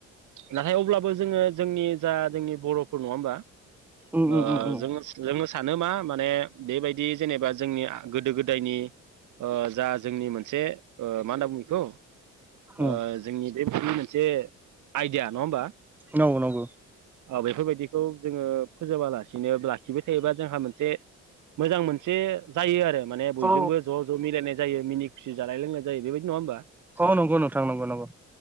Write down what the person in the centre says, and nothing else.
उम
उम उम उम
उम
नंगौ नंगौ
औ
औ नंगौ नोंथां नंगौ नंगौ